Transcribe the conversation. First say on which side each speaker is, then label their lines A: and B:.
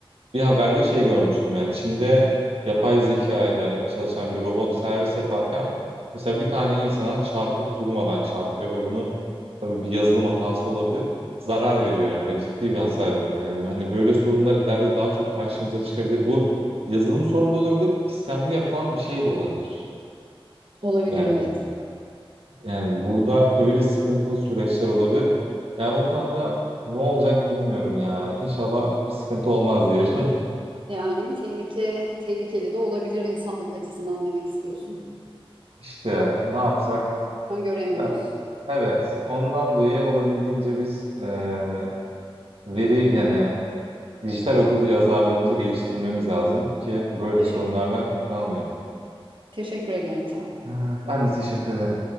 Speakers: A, on the right; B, on the right.
A: Bir haberde şey görmüştüm yani Çin'de yapay zeka ile çalışan bir robot servis yaparken mesela bir tane insana çarpıp durmadan çarpıyor ve bunu tabii bir yazılım hatası olabilir. Zarar veriyor yani ve ciddi bir hasar veriyor. Yani hani böyle sorunlar ileride daha çok karşımıza çıkabilir. Bu yazılım sorunu da olabilir, istemli yapılan bir şey de olabilir.
B: Olabilir
A: Yani
B: evet.
A: yani burada öyle sıkıntılı süreçler olabilir. Yani o konuda ne olacak bilmiyorum ya. İnşallah bir sıkıntı olmaz diyelim. <laughs>
B: Yani tehlike tehlikeli de olabilir insanlık açısından demek istiyorsun.
A: İşte ne yapsak
B: Öngöremiyoruz.
A: Ya, evet, ondan dolayı olabildiğince biz e, veri yani dijital okul yazarlığımızı geliştirmemiz lazım ki böyle
B: Teşekkür
A: sorunlarla kalmayalım.
B: teşekkür ederim ta.
A: Ha, Ben de teşekkür ederim.